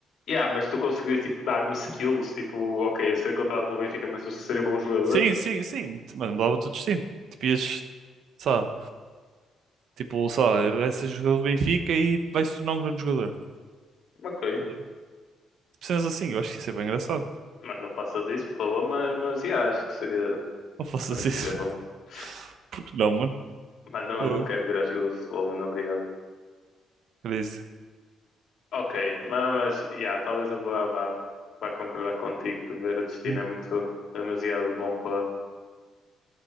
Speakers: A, on the left; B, on the right.
A: yeah, mas tu conseguirias tipo, dar-me skills, tipo, ok, eu sei contratado pelo Benfica, mas eu seria bom jogador.
B: Sim, sim, sim. Mano, mudava todos os times. Tipo, ias, sei lá, tipo, sei lá, vai ser jogador do Benfica e vai se tornar um grande jogador.
A: Ok,
B: Estás Tipo, cenas assim, eu acho que isso é bem engraçado.
A: mas não faças isso, por favor, mas, mas yeah, acho que seria,
B: Não faças
A: também seria
B: isso.
A: bom. <laughs>
B: <laughs> Porque não, mano?
A: Mas não,
B: Oh,
A: não quero virar jogador de futebol, mano, obrigado.
B: crazy.
A: Ok, mas, mas yeah, talvez eu vá, vá, vá concordar contigo que ver o destino
B: Hum.
A: é muito é demasiado bom para